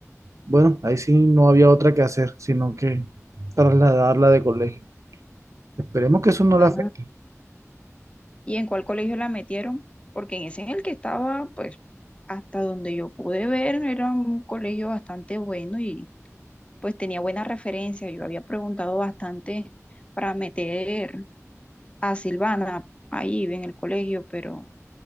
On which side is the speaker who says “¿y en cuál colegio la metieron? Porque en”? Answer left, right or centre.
Left